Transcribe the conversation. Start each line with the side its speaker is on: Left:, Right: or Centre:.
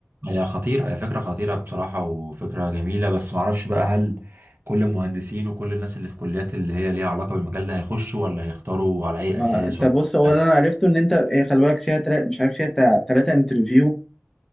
Right: هي خطيرة هي فكرة خطيرة بصراحة وفكرة جميلة بس ما اعرفش بقى هل كل المهندسين وكل الناس اللي في كليات اللي هي ليها علاقة بالمجال ده هيخشوا ولا هيختاروا على اي
Centre: ما
Right: اساس
Centre: انت
Right: ولا
Centre: بص هو
Right: لا
Centre: اللي انا عرفته ان انت هي خلي بالك فيها تلات مش عارف فيها تا- تلاتة انترفيو